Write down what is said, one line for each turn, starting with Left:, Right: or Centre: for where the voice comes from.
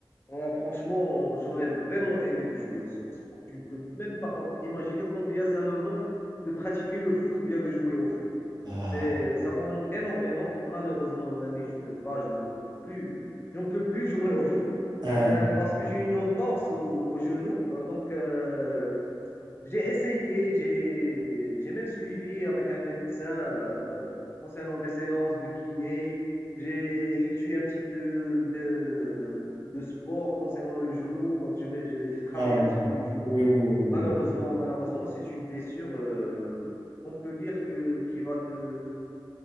Left: Ouais, franchement, j'aurais vraiment aimé de jouer au au sport. Tu ne peux même pas en- imaginer combien ça me manque de pratiquer le foot ou bien de jouer au foot.
Right: Ah,
Left: C'est, ça me manque énormément. Malheureusement, mon ami, je peux pas jouer au foot plus. Je ne peux plus <laughs> jouer au foot
Right: un-
Left: euh, parce que j'ai une entorse au, au genou. Euh, donc, euh, j'ai essayé, j'ai j'ai même suivi avec un médecin euh, concernant des séances de kiné. J'ai effectué un petit peu de, de sport concernant le genou, donc je me- j'ai j'ai travaillé
Right: un-
Left: un petit peu le genou.
Right: Oui, oui, oui, oui.
Left: Malheureusement,
Right: oui.
Left: malheureusement, c'est une blessure, euh, on peut dire que, qui va te,